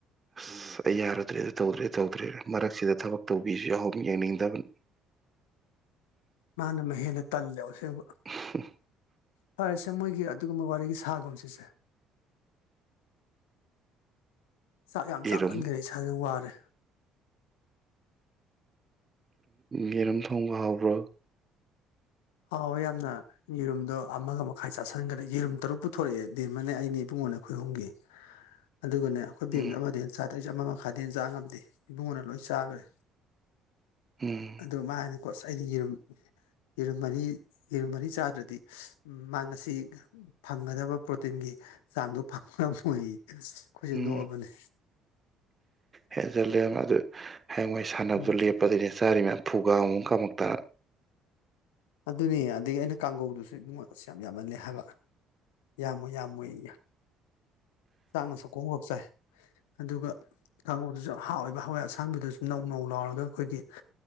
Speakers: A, on the right (about 25°); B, on the left (about 70°).
A: ꯑꯁ ꯑꯩ ꯌꯥꯔꯨꯗ꯭ꯔꯦ ꯑꯗꯨ ꯇꯧꯗ꯭ꯔꯦ ꯇꯧ ꯇ꯭ꯔꯦ ꯃꯔꯛꯁꯤꯗ ꯊꯕꯛ ꯇꯧꯕꯤꯁꯤ ꯌꯥꯎꯔꯤ ꯌꯦꯡꯅꯤꯡꯗꯕꯅ
B: ꯃꯥꯅ ꯃꯥ ꯍꯦꯟꯂꯦ ꯇꯜꯂꯦ ꯑꯁꯦꯡꯕ
A: <unintelligible>
B: ꯐꯔꯦꯁꯦ ꯃꯣꯏꯒꯤ ꯑꯗꯨꯒꯨꯝꯕ ꯋꯥꯔꯤꯗꯣ ꯁꯥꯒꯨꯝꯁꯤꯁꯦ ꯆꯥꯛ ꯌꯥꯝ ꯆꯥꯃꯟꯈ꯭ꯔꯦ
A: ꯌꯦꯔꯨꯝ
B: ꯏꯁꯥꯥꯁꯦ ꯋꯥꯔꯦ
A: ꯌꯦꯔꯝ ꯊꯣꯡꯕ ꯍꯥꯎꯕ꯭ꯔꯣ
B: ꯑꯥꯎ ꯌꯥꯝꯅ ꯌꯦꯔꯨꯝꯗꯣ ꯑꯃꯒ ꯃꯈꯥꯏ ꯆꯥꯁꯤꯟꯈ꯭ꯔꯦ ꯌꯦꯔꯨꯝ ꯇꯔꯨꯛ ꯄꯨꯊꯣꯔꯛꯑꯦ ꯗꯤꯦꯝꯃꯅꯦ ꯑꯩꯅ ꯏꯕꯨꯡꯉ ꯑꯩꯈꯣꯏ ꯑꯍꯨꯝꯒꯤ ꯑꯗꯨꯒꯅ ꯑꯩꯈꯣꯏ ꯕꯦꯝꯗ
A: ꯎꯝ
B: ꯑꯃꯗ ꯍꯦꯟꯅ ꯆꯥꯦ ꯑꯇꯩꯁꯨ ꯑꯃ ꯃꯈꯥꯗ ꯆꯥ ꯉꯝꯗꯦ ꯏꯕꯨꯡꯉꯅ ꯂꯣꯏ ꯆꯥꯈ꯭ꯔꯦ
A: ꯎꯝ
B: ꯑꯗꯨ ꯃꯥꯅꯀꯣꯁ ꯑꯩꯗꯤ ꯌꯦꯔꯨꯝ ꯏꯔꯝ ꯃꯔꯤ ꯌꯦꯔꯨ ꯃꯔꯤ ꯆꯥꯗ꯭ꯔꯗꯤ ꯃꯥ ꯉꯁꯤ ꯐꯪꯒꯗꯕ ꯄ꯭ꯔꯣꯇꯤꯟꯒꯤ ꯆꯥꯡꯗꯣ ꯐꯪꯕ ꯉꯝ ꯑꯣꯏꯌꯦ ꯑꯩꯈꯣꯏꯁꯦ
A: ꯎꯝ
B: ꯅꯣꯛꯑꯕꯅꯦ
A: ꯍꯦꯟ ꯆꯜꯂꯦ ꯑꯗꯨ ꯍꯌꯦꯡ ꯃꯣꯏ ꯁꯥꯟꯅꯕꯗꯨꯣ
B: ꯎꯝ
A: ꯂꯦꯞꯄꯗꯅꯦ ꯆꯥꯔꯤ ꯃꯌꯥꯝ ꯐꯨꯒꯥ ꯑꯃꯨ ꯀꯃꯨꯛꯇ
B: ꯑꯗꯨꯅꯦ ꯑꯗꯒꯤ ꯑꯩꯅ ꯀꯥꯡꯒꯧꯗꯨꯁꯨ ꯏꯃꯨꯡꯉ ꯑꯁ ꯌꯥꯝ ꯌꯥꯝꯍꯜꯂꯦ ꯍꯥꯏꯕ ꯌꯥꯝꯃꯣꯏ ꯌꯥꯝꯃꯣꯏ ꯆꯥꯛꯅ ꯁꯛꯀꯣꯡꯒꯞ ꯆꯥꯏ ꯑꯗꯨꯒ ꯀꯥꯡꯉꯧꯗꯨꯁꯨ ꯍꯥꯎꯏꯕ ꯍꯋꯥꯏ ꯑꯁꯥꯡꯕꯤꯗꯨꯁꯨ ꯅꯧ ꯅꯧ ꯂꯥꯎꯔꯒ ꯑꯩꯈꯣꯏꯒꯤ